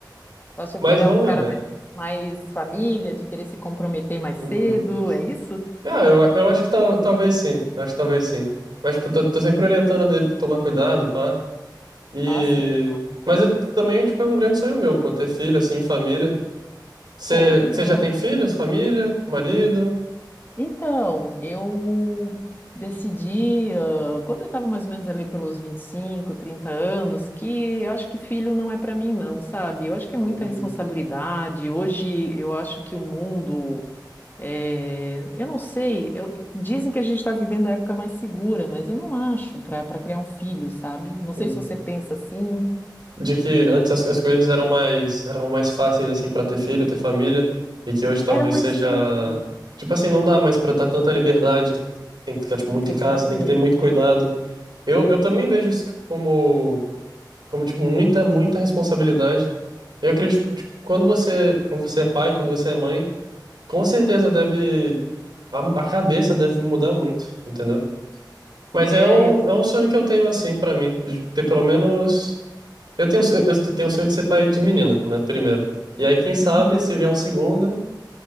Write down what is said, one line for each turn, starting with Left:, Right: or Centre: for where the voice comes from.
Left: Acha
Right: Mas
Left: que ele
Right: vamos
Left: é um cara
Right: ver.
Left: mais, mais família, de querer se comprometer mais
Right: Uhum.
Left: cedo? É isso?
Right: Ah, eu, eu acho que tal, talvez sim, acho que talvez sim. Mas, tipo, tô, tô sempre orientando dele pra tomar cuidado, pá. E...
Left: Ah, sim.
Right: Mas eu, também, tipo, é um grande sonho meu, pô, ter filho, assim, família. Você
Left: Pô, legal.
Right: já tem filhos, família, marido?
Left: Então, eu decidi, ah, quando eu estava mais ou menos ali pelos 25 30 anos, que eu acho que filho não é para mim, não, sabe? Eu acho que é muita
Right: Uhum,
Left: responsabilidade. Hoje eu acho que o mundo. é, eu não sei, eu- dizem que a gente está vivendo a época mais segura, mas eu não acho para para criar um filho, sabe? Não sei
Right: uhum.
Left: se você pensa assim.
Right: de que antes as, as coisas eram mais eram mais fáceis assim para ter filho, ter família, e que hoje talvez
Left: Era mais
Right: seja
Left: simples.
Right: tipo assim, não dá mais para dar tanta liberdade, tem que ficar tipo muito
Left: Exatamente.
Right: em casa, tem que ter muito cuidado. Eu, eu também vejo isso tipo, como como tipo muita muita responsabilidade. Eu acredito tipo, tipo, quando você quando você é pai, quando você é mãe, com certeza deve a, a cabeça deve mudar muito, entendeu? Mas
Left: É,
Right: é um,
Left: eu.
Right: é um sonho que eu tenho assim para mim, de ter pelo menos eu tenho, so- eu tenho o sonho de ser pai de menina, né? Primeiro. E aí, quem sabe,
Left: <laughs> Olha
Right: se vier
Left: só.
Right: um segundo.